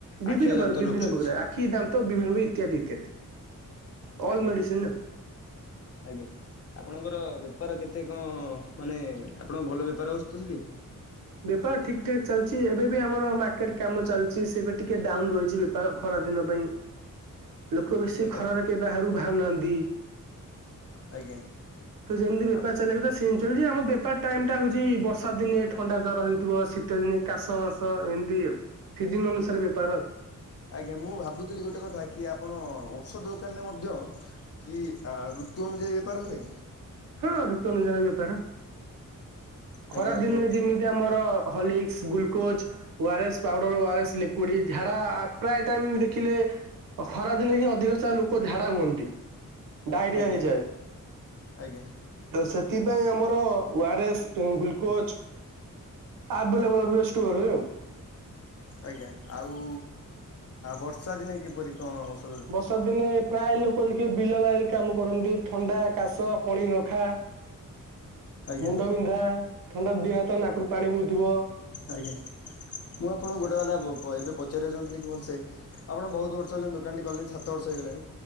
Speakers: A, on the right; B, on the left.
A: ବିଭିନ୍ନ
B: ଆଖି ଆଉ
A: ପ୍ରକାର
B: ଦାନ୍ତ
A: ବିଭିନ୍ନ
B: ରଖୁଛନ୍ତି
A: ପ୍ରକାର। ଆଖି, ଦାନ୍ତ ବିଭିନ୍ନ ପ୍ରକାର ଇତ୍ୟାଦି ଇତ୍ୟାଦି। ଅଲ୍
B: ଆଜ୍ଞା
A: ମେଡିସିନ ଆଉ।
B: ଆଜ୍ଞା। ଆପଣଙ୍କର ବେପାର କେତେ କଣ ମାନେ ଆପଣଙ୍କ ଭଲ ବେପାର ହେଉଛି ତ ସେଠି?
A: ବେପାର ଠିକ୍ ଠାକ୍ ଚାଲିଛି। ଏବେ ବି ଆମର ମାର୍କେଟ୍ କାମ ଚାଲିଛି। ସେବେ ଟିକେ ଡାଉନ୍ ରହିଛି ବେ ପ୍ରାୟ ଖରା ଦିନ ପାଇଁ। ଲୋକ ବେଶୀ
B: ଆଜ୍ଞା
A: ଖରାରେ କେହି ବାହାରକୁ ଭାରୁ ନାହାନ୍ତି।
B: ଆଜ୍ଞା।
A: ତୁ ଯେମତି ବେପାର୍
B: ଆପ-
A: ଚଳାଇବୁ ତ ସେମତି ଚାଲିଛି। ଆମ ବେପାର ଟାଇମ୍ ଟା ହଉଛି ବର୍ଷା ଦିନିଏ। ଥଣ୍ଡା ଜର ହେଇଥିବ ଶୀତ ଦିନେ କାଶ ମାସ ଏମିତି ଆଉ। ସିଜିନ୍ ଅନୁସାରେ ବେପାର ଆଉ।
B: ଆଜ୍ଞା ମୁଁ ଭାବୁଥିଲି ଗୋଟେ କଥା କି ଆପଣ ଔଷଧ ଦୋକାନରେ ମଧ୍ୟ କି ଋତୁ ଅନୁଯାୟୀ ବେପାର ହୁଏ?
A: ହଁ ଋତୁଅନୁଯାୟୀ ବେପାର ଖରା
B: ଆଜ୍ଞା
A: ଦିନେ
B: ଗୋ
A: ଯେମିତି ଯେମିତି ଆମର ହାଲିକ୍ସ୍, ଗ୍ଲୁକୋଜ୍ ଓଆରେସ୍ ପାଉଡରରସ୍, ଓଆରେସ୍ ଲିକୁଡି ଝାଡା ପ୍ରାୟ୍ ଟାଇମ୍ ଦେଖିଲେ ଖରା ଦିନେ ହିଁ ଅଧିକ ସାରା ଲୋକ ଝାଡା ହୁଅନ୍ତି। ଡାଇରିଆ
B: ଆଜ୍ଞା
A: ହେଇଯାଏ।
B: ଆଜ୍ଞା।
A: ତ ସେଥିପାଇଁ ଆମର ଓଆରେସ୍, ଗ୍ଲୁକୋଜ୍ ଆଭେଲେବୁଲ୍ ରୁହେ ଷ୍ଟୋର୍ ରେ ଆଉ।
B: ଆଜ୍ଞା ଆଉ ବର୍ଷା ଦିନେ କିପରି କଣ ଔ
A: ବର୍ଷା ଦିନେ ପ୍ରାୟ ଲୋକ ଦେଖିବେ ବିଲ ବାଡ଼ି କାମକରନ୍ତି ଥଣ୍ଡା, କାଶ କଳି ରଖା,
B: ଆଜ୍ଞା।
A: ମୁଣ୍ଡ ବିନ୍ଧା ଥଣ୍ଡା ଦିହ ହାତ ନାକରୁ ପାଣି ବହୁଥିବ।
B: ଆଜ୍ଞା ମୁଁ ଆପଣଙ୍କୁ ଗୋଟେ କଥା ଏବେ ପଚାରିବା ଚାହୁଁଥିଲି କି ଭଲସେ ଆପଣ ବହୁତ୍ ବର୍ଷ ହେଲେଣି ଦୋକାନ୍ ଟି କଲେଣି ସାତ ବର୍ଷ ହେଇଗଲାଣି